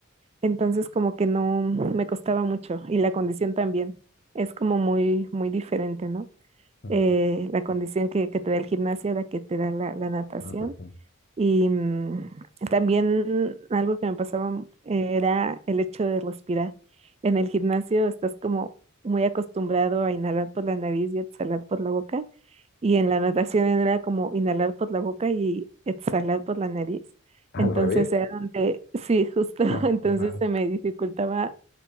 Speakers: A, on the right (about 30°); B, on the left (about 50°).
A: Entonces como que no me costaba mucho y la condición también es como muy, muy diferente, ¿no?
B: mm,
A: Eh, la condición que, que te da el gimnasio a la que te da la, la natación.
B: ah, pues sí.
A: Y mm, también algo que me pasaba eh, era el hecho de respirar. En el gimnasio estás como muy acostumbrado a inhalar por la nariz y exhalar por la boca. Y en la natación era como inhalar por la boca y exhalar por la nariz. Entonces
B: Al revés,
A: era donde, sí, justo, <laughs>
B: Ah,
A: entonces
B: qué raro.
A: se me dificultaba